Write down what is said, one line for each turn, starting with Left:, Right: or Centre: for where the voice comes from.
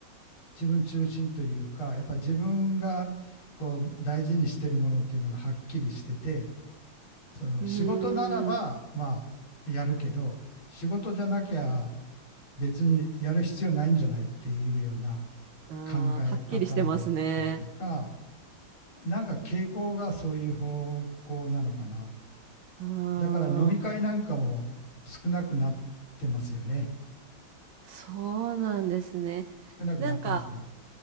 Left: 自分中心というか、やっぱ自分がこう大事にしてるものっていうのがはっきりしてて、その仕事ならばまあやるけど、
Right: うーん、
Left: 仕事じゃなきゃ別にやる必要ないんじゃないっていうような
Right: あー、
Left: 考え方であったりとか、
Right: はっきりしてますね。
Left: なんか傾向がそういう方向なのかな。
Right: ああ、
Left: だから飲み会なんかも少なくなってますよね。
Right: そうなんですね。
Left: 少なくなってますね。
Right: なんか、